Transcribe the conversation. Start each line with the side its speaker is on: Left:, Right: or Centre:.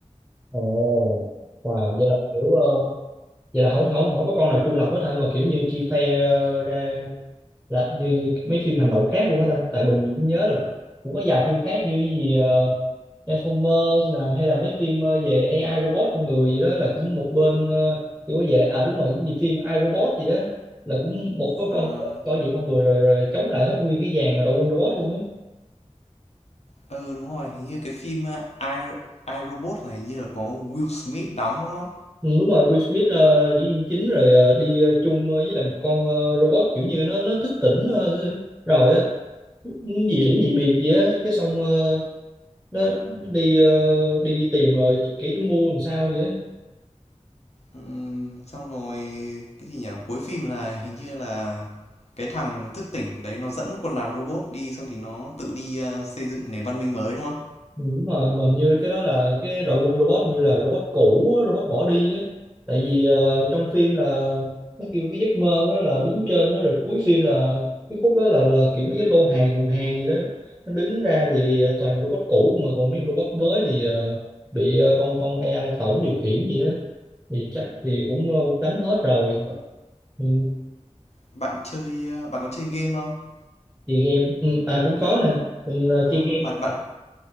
Centre: Ồ, wow, vậy là kiểu ờ, vậy là không không không có con nào trung lập hết hả mà kiểu như chia phe ờ, ra là như như mấy phim hành động khác luôn hết ta tại mình cũng nhớ là cũng có vài phim khác như cái gì ờ, Transformer là hay là mấy phim ờ, về AI robot con người gì đó là cũng một bên ờ, kiểu về à đúng rồi cái gì phim AI robot gì đó là cũng một có
Left: à,
Centre: con robot bảo vệ con người rồi rồi chống lại hết nguyên cái dàn đội quân robot luôn á
Left: ờ đúng rồi, hình như cái phim, a, I, I, Robot này hình như là có Will Smith đóng, đúng không?
Centre: ừ, đúng rồi Will Smith ờ, diễn viên chính rồi ờ, đi ờ, chung ờ, với lại một con ờ, robot kiểu như nó nó thức tỉnh ờ, rồi á Ừ, gì điểm dị biệt gì á cái xong ờ, nó đi ờ, đi đi tìm rồi kẻ chủ mưu làm sao vậy á
Left: Ừm, xong rồi cái gì nhỉ? Cuối phim là hình như là cái thằng thức tỉnh đấy nó dẫn quân đoàn robot đi xong thì nó tự đi ờ, xây dựng nền văn minh mới đúng không?
Centre: Ừ, đúng rồi mà như cái đó là cái đội quân robot như là robot cũ á, robot bỏ đi á tại vì ờ, trong phim là nó kêu cái giấc mơ của nó là đứng trên đó rồi cuối phim là cái khúc đó là là kiểu mấy cái lô hàng thùng hàng gì đó nó đứng ra thì ờ, toàn là robot cũ mà còn mấy con robot mới thì ờ, bị ờ, con con AI tổng điều khiển gì đó thì chắc thì cũng ờ, đánh hết rồi ừ,
Left: Bạn chơi ờ, bạn có chơi game không?
Centre: chơi game ừ, à cũng có nè mình ờ,
Left: Có,
Centre: chơi game
Left: bạn bạn